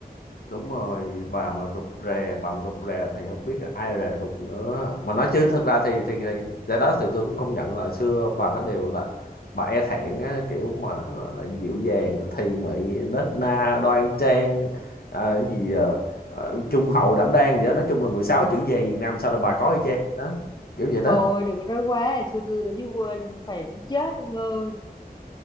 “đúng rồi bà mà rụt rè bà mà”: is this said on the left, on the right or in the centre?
Left